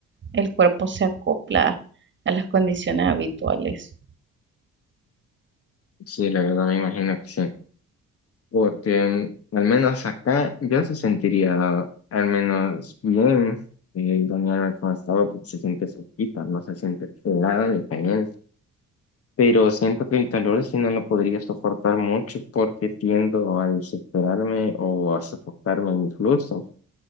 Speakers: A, on the right; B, on the left.
A: el cuerpo se acopla a las condiciones habituales.
B: Sí, la verdad me imagino que sí, porque mm, al menos acá yo se sentiría al menos bien eh, bañarme con esta agua porque se siente fresquita, no se siente helada ni caliente. pero siento que el calor sí no lo podría soportar mucho porque tiendo a desesperarme o a sofocarme incluso.